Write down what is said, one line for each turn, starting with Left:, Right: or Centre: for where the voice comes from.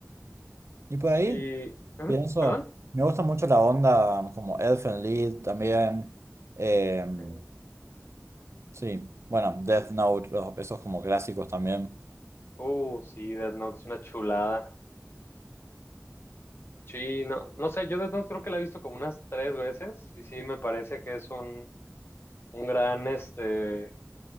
Right: Y por
Left: Sí,
Right: ahí,
Left: Ujú,
Right: pienso,
Left: ¿Perdón?
Right: me gusta mucho la onda como Elfen Lied también. em,
Left: Ok.
Right: Sí, bueno, Death Note, los- esos como clásicos también.
Left: Uh, sí, Death Note es una chulada. Sí, no, no sé, yo Death Note creo que la he visto como unas tres veces y sí me parece que es un, un gran, este,